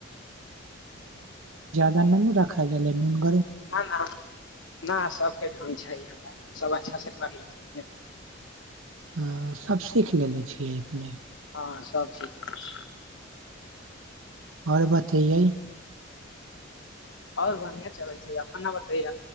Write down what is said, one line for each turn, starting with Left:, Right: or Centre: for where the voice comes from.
Right: नुनु रखाय जाले नून क
Left: ना ना ना सभके ढ्ग छै हमरा सब अच्छासँ कर ले छथिन
Right: हाँ सभ सीख लेलने छियै अपने
Left: हँ सब ठीक ल छैय।
Right: आओर बतैैयय।
Left: आओर बढ़िआ चलैत छै अपने बतैय